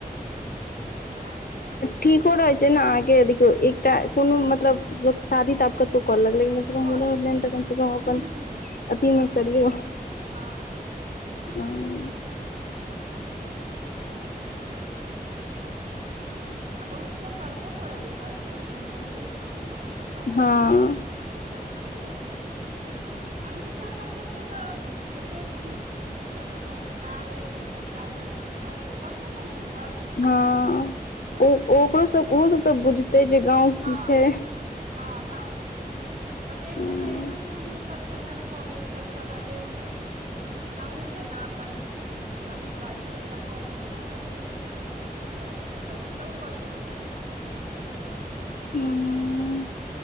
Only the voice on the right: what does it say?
तऽ उहे उपनयन
सब
कऽ लेलक
हूँ
हूँ हूँ
हूँ
हँ
नहि -नहि ठीके कहै छी। आ बहुत लोक करबो करै छैथ, एहन नहि छै जे नहि, बहुत लोक गाममे
अबैत छैथ, करय लेल चाहे कतहु रहैथ, अही अपन सभके तऽ। जतेक ई, ई सब जे संस्कार अइ से बच्चा सब बुझत, तबने ने बुझत।
क
कते लोक
हँ
हँ, गाँव की छै। कतेक
केँ तऽ एहन छैन जे, सभ सेटल भऽ गेल छथि शहरेमे। गाँवे जेना अपन माटी- बारी सभटा कऽ लेने छथि। तऽ ओसभ ओतह करैत छैथ।